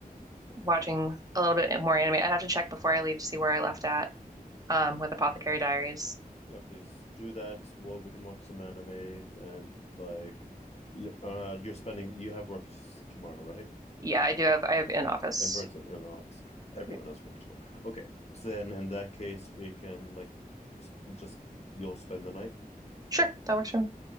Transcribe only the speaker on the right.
watching a little bit more anime I'd have to check before I leave to see where I left at um with Apothecary
Diaries
yeah I do have I have in office
yeah
sure that works for me